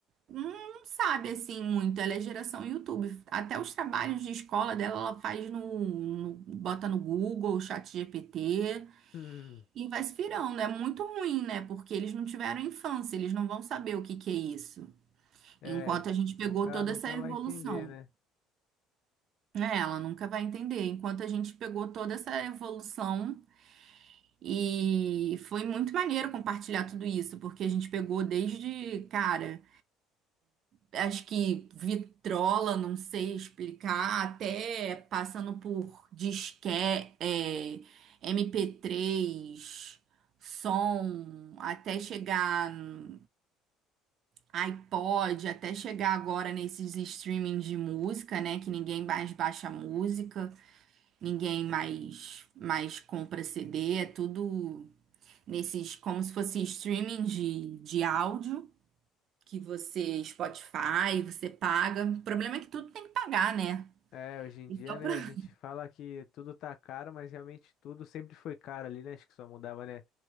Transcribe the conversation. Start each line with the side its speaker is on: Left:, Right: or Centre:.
Right: Hum, não sabe assim muito, ela é geração YouTube. Até os trabalhos de escola dela, ela faz no, no- bota no Google, chat GPT
Left: Hum,
Right: e vai se virando. É muito ruim, né? Porque eles não tiveram infância, eles não vão saber o que que é isso.
Left: é,
Right: Enquanto a gente pegou
Left: nunca,
Right: toda
Left: nunca
Right: essa evolução.
Left: vai entender, né?
Right: né ela nunca vai entender. Enquanto a gente pegou toda essa evolução e foi muito maneiro compartilhar tudo isso, porque a gente pegou desde, cara. acho que vitrola, não sei explicar, até passando por disque, é, MP3, som, até chegar no iPod, até chegar agora nesses streaming de música, né? Que ninguém mais baixa música, ninguém mais, mais compra CD, é tudo nesses, como se fosse streaming de, de áudio que você, Spotify, você paga. O problema é que tudo tem que pagar, né?
Left: É, hoje em
Right: Esse
Left: dia,
Right: é o
Left: né,
Right: problema.
Left: a gente fala que tudo tá caro, mas realmente tudo sempre foi caro ali, né? Acho que só mudava, né,